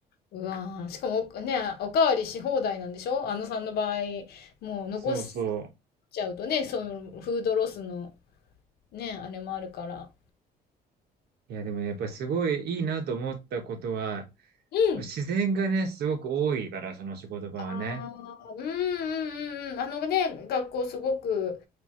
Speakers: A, on the left; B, on the right.
A: うわー、しかもおね、おかわりし放題なんでしょあのさんの場合、もう残し
B: そうそ
A: ちゃうとね、そういうフードロスのね、あれもあるから。
B: ういや、でもねやっぱりすごいいいなと思ったことは、
A: うん。
B: 自然がね、すごく多いから、その仕事場はね。
A: ああ、うんうんうんうん。あのね、学校すごく